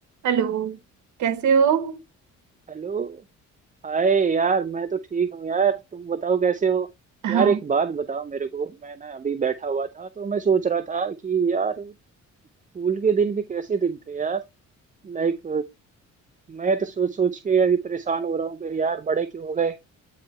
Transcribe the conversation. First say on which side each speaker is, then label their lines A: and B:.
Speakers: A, on the right; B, on the right.
A: हेलो कैसे हो
B: हेलो हाय यार मैं तो ठीक हूँ यार तुम बताओ कैसे हो
A: हाँ
B: यार एक बात बताओ मेरे को मैं ना अभी बैठा हुआ था तो मैं सोच रहा था कि यार स्कूल के दिन भी कैसे दिन थे यार लाइक मैं तो सोच सोच के अभी परेशान हो रहा हूँ कि यार बड़े क्यों हो गए